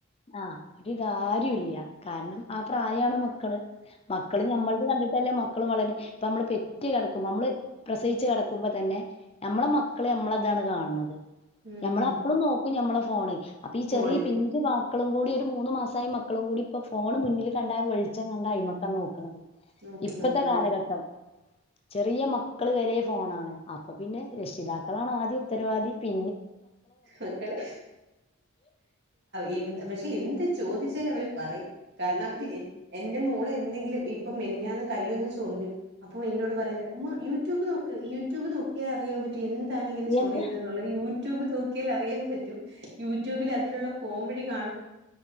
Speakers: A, on the left; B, on the right.
A: ആ ഒരു കാര്യുല്ല കാരണം ആ പ്രായാണ് മക്കള് മക്കള് ഞമ്മൾത് കണ്ടിട്ടല്ലേ മ ക്കള് വള പ്പമ്മള് പെറ്റ്കെടക്കുമ്പോ ഞമ്മള് പ്രസവിച്ച് കെടക്കുമ്പോ തന്നെ ഞമ്മളെ മക്കള് നമ്മളെതാ ത് കാൺണത്
B: ഉം
A: ഞമ്മളപ്പളും നോക്കും ഞമ്മളെ ഫോണ് അപ്പൊ ഈ
B: ഫോണില്
A: ചെറിയ പിഞ്ച് ബാ മക്കളും കൂടി ഒര് മൂന്ന് മാസായ മക്കളും കൂടി ഇപ്പൊ ഫോണ് മുന്നില് കണ്ട വെൾച്ചം കണ്ടായ്മക്ക നോക്ക്ണത്
B: നോക്കുന്നത്
A: ഇപ്പത്തെ
B: ആ
A: കാലഘട്ടം ചെറിയ മക്കള് വരെ ഫോണാണ് അപ്പൊ പിന്നെ രക്ഷിതാക്കളാണ് ആദ്യ ഉത്തരവാദി പി
B: മക്കള് എ പക്ഷെ എന്ത് ചോദിച്ചാല അവര് പറയും കാരണം അവര് എന്റെ മോളെ എന്തെങ്കിലും ഇപ്പൊ മെനിഞ്ഞാന്ന് കയ്യൊന്ന് ചൊറിഞ്ഞു അപ്പൊ എന്നോട് പറയുന്നത് ഉമ്മ യൂട്യൂബ് നോക്ക് യൂട്യൂബ് നോക്കിയാ അറിയാൻ പ റ്റും എന്താണ് ഇങ്ങനെ ചൊറിയുന്നെന്ന്ള്ളത്
A: എന്ത്
B: ഈ യൂട്യൂബ് നോ ൻ പറ്റും യൂട്യൂബിൽ അതിനുള്ള പോംവഴി കാ